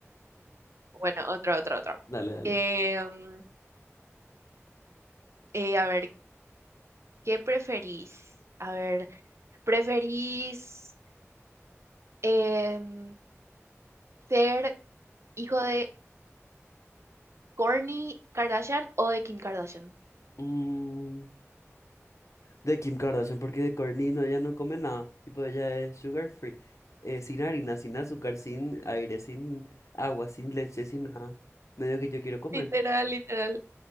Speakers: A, on the right (about 60°); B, on the left (about 75°).
A: Bueno, otro, otro, otro.
B: Dale, dale.
A: Eh, mm, eh, a ver, ¿qué preferís? A ver, ¿preferís em, ser hijo de Kourtney Kardashian o de Kim Kardashian?
B: Mm, de Kim Kardashian, porque de Kourtney no, ella no come nada. Tipo, ella es sugar free. Eh, sin harina, sin azúcar, sin aire, sin agua, sin leche, sin nada. Medio que yo quiero comer.
A: Literal, literal.